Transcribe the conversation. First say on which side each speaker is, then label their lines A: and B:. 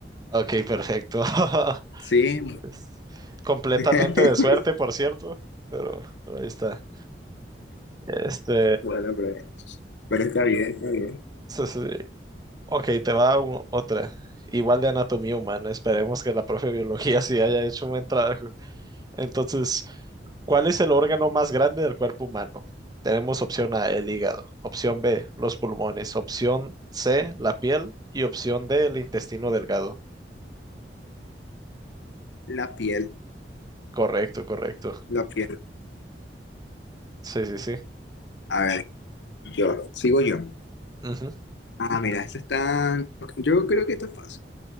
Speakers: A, on the right; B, on the left.
A: Ok, perfecto. <laughs>
B: Sí.
A: Es completamente
B: <laughs>
A: de suerte, por cierto, pero, pero ahí está. Este,
B: Bueno, pero, pero está bien, está bien.
A: sí, sí, sí. ok, te va u- otra. Igual de anatomía humana. Esperemos que la profe de biología <laughs> sí haya hecho un buen trabajo. Entonces, ¿Cuál es el órgano más grande del cuerpo humano? Tenemos opción A, el hígado, opción B, los pulmones, opción C, la piel y opción D, el intestino delgado.
B: La piel,
A: Correcto, correcto.
B: la piel.
A: Sí, sí, sí.
B: A ver. Yo, sigo yo.
A: Ujú.
B: Ah, mira, esto está. Yo creo que esto es fácil.